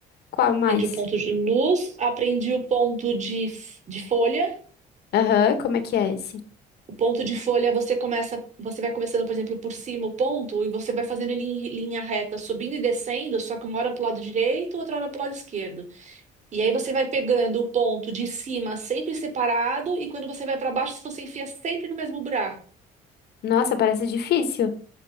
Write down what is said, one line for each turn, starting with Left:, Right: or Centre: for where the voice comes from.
Left: Qual mais?
Right: Aprendi o ponto de luz, aprendi o ponto de, de folha
Left: Aham, como é que é esse?
Right: O ponto de folha você começa, você vai começando, por exemplo, por cima o ponto e você vai fazendo ele em linha reta, subindo e descendo, só que uma hora para o lado direito, outra hora para o lado esquerdo. E aí você vai pegando o ponto de cima sempre separado e quando você vai para baixo, você enfia sempre no mesmo buraco.
Left: Nossa, parece difícil.